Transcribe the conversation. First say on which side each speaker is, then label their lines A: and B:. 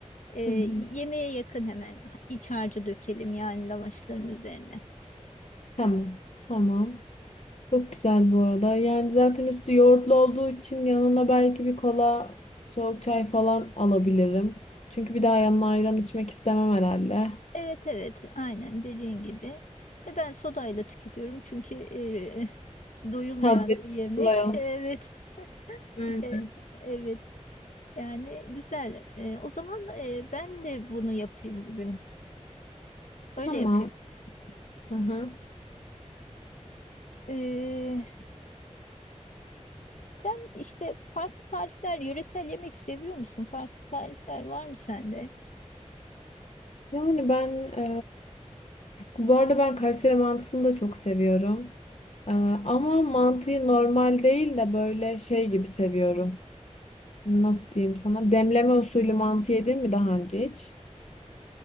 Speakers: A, on the left; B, on the left.
A: E,
B: Hı hı.
A: yemeğe yakın hemen iç harcı dökelim yani lavaşların üzerine.
B: Tamam. Tamam. Çok güzel bu arada. Yani zaten üstü yoğurtlu olduğu için yanına belki bir kola, soğuk çay falan alabilirim. Çünkü bir daha yanına ayran içmek istemem herhalde.
A: Evet evet aynen dediğin gibi. Ve ben sodayla tüketiyorum çünkü e, <laughs> doyulmayan
B: Hazreti
A: bir yemek.
B: kolay olsun.
A: <laughs> Evet
B: Aynen.
A: e, evet yani güzel. E, o zaman e, ben de bunu yapayım bugün. Öyle
B: Tamam.
A: yapayım.
B: Aha.
A: Ee, Sen işte farklı tarifler, yöresel yemek seviyor musun? Farklı tarifler var mı sende?
B: Yani ben e, Bu arada ben Kayseri mantısını da çok seviyorum. Ee, ama mantıyı normal değil de böyle şey gibi seviyorum. Nasıl diyeyim sana? Demleme usulü mantı yedin mi daha önce hiç?